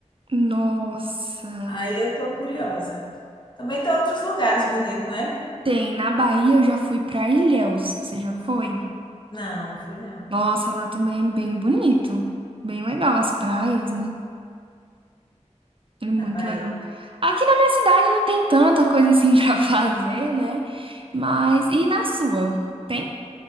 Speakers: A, on the right; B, on the left.
A: Nossa.
B: Aí eu tô curiosa. Também tem outros lugares bonitos, não é?
A: Tem, na Bahia eu já fui pra Ilhéus. Você já foi?
B: Não, fui não.
A: Nossa, lá também é bem bonito. Bem legal as praias, né? É muito
B: Na Bahia
A: legal. Aqui na minha cidade não tem tanta coisa assim <laughs> pra fazer, né? Mas e na sua? Tem?